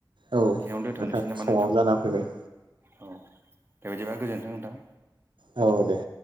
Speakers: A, on the right; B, on the right.
A: औ
B: सिङावनो दोन्थ'नोसै
A: नोंथां
B: नामा
A: समाव
B: नोंथां
A: जाना फैबाय
B: औ बेबायदिबा गोजोनथों नोंथां।
A: औ दे